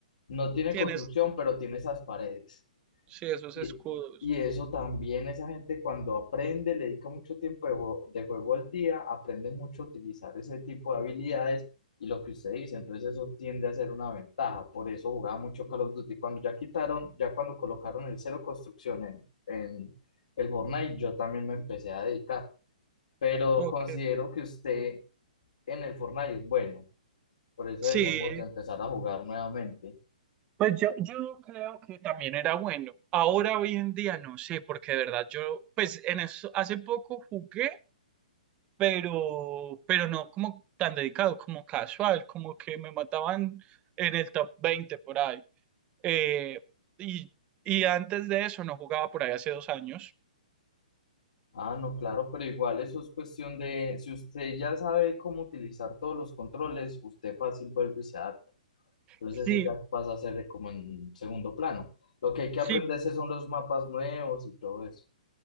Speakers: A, on the left (about 65°); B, on the right (about 25°).
A: no tiene
B: Tienes,
A: construcción, pero tiene esas paredes.
B: sí, esos
A: Y,
B: escudos.
A: y eso también, esa gente cuando aprende, le dedica mucho tiempo de juego, de juego al día, aprende mucho a utilizar ese tipo de habilidades y lo que usted dice, entonces eso tiende a ser una ventaja. Por eso jugaba mucho Call of Duty. Cuando ya quitaron, ya cuando colocaron el cero construcción en, en el Fortnite, yo también me empecé a dedicar. Pero
B: Ok.
A: considero que usted en el Fortnite es bueno, por eso
B: Sí,
A: deberíamos empezar a jugar nuevamente.
B: pues yo, yo creo que también era bueno. Ahora, hoy en día, no sé, porque de verdad yo, pues en eso, hace poco jugué, pero, pero no como tan dedicado, como casual, como que me mataban en el top 20 por ahí. Eh, y, y antes de eso no jugaba por ahí hace dos años.
A: Ah, no, claro, pero igual eso es cuestión de, si usted ya sabe cómo utilizar todos los controles, usted fácil vuelve y se adapta. Entonces
B: Sí,
A: eso ya pasa a ser de como en segundo plano. Lo que hay que
B: sí,
A: aprenderse son los mapas nuevos y todo eso.